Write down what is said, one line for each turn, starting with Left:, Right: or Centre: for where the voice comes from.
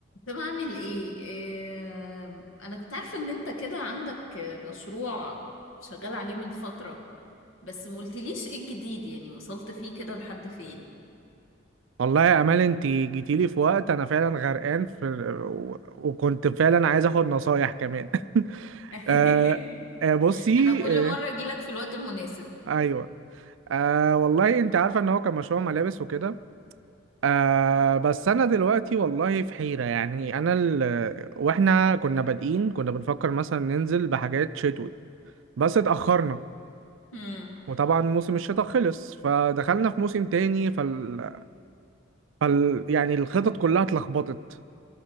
Left: طب اعمل ايه إيه، انا كنت عارفة ان انت كده عندك مشروع شغال عليه من فترة بس ما قلتليش ايه الجديد يعني وصلت فيه كده لحد فين
Right: والله يا امال انت جيتيلي في وقت انا فعلا غرقان في و- وكنت فعلا عايز اخد نصايح كمان <laughs>
Left: <laughs>
Right: آه آه، بصي
Left: انا كل مرة
Right: آه
Left: اجيلك في الوقت المناسب
Right: ايوه آه والله انت عارفه ان هو كان مشروع ملابس وكده آه بس انا دلوقتي والله في حيره يعني انا ال... واحنا كنا بادئين كنا بنفكر مثلا ننزل بحاجات شتوي بس اتاخرنا
Left: امم
Right: وطبعا موسم الشتاء خلص فدخلنا في موسم تاني فال... فال... يعني الخطط كلها اتلخبطت